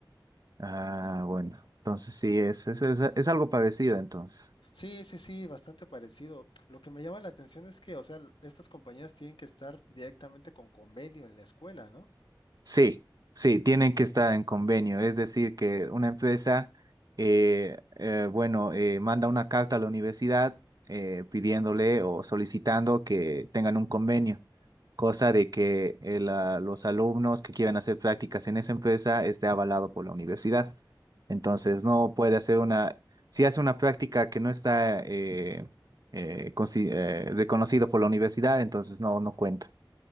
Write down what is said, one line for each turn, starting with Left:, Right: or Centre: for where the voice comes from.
Right: Ah, bueno, entonces sí, es, es, es, es algo parecido entonces.
Left: Sí, sí, sí, bastante parecido. Lo que me llama la atención es que, o sea, l- estas compañías tienen que estar directamente con convenio en la escuela, ¿no?
Right: Sí, sí, tienen que estar en convenio. Es decir, que una empresa, eh, eh, bueno, eh, manda una carta a la universidad eh, pidiéndole o solicitando que tengan un convenio, cosa de que eh, la- los alumnos que quieran hacer prácticas en esa empresa esté avalado por la universidad. Entonces, no puede hacer una, si hace una práctica que no está eh, eh, consi- eh, reconocido por la universidad, entonces no, no cuenta.